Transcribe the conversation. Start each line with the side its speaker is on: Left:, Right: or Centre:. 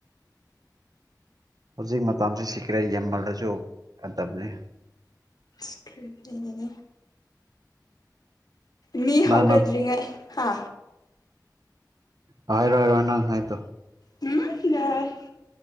Right: ꯍꯧꯖꯤꯛ ꯃꯇꯝꯁꯤ ꯁꯤꯈ꯭ꯔꯦ ꯌꯦꯃꯜꯗꯁꯨ ꯐꯗꯕꯅꯤ
Left: <unintelligible> ꯑꯩꯅꯅꯦ ꯃꯤ
Right: ꯀꯅꯥꯅ
Left: ꯍꯧꯒꯗ꯭ꯔꯤꯉꯩ ꯍꯥ
Right: ꯍꯥꯏꯔꯣ ꯍꯥꯏꯔꯣ ꯅꯪ ꯍꯥꯏꯗꯣ
Left: ꯎꯝ ꯌꯥꯏ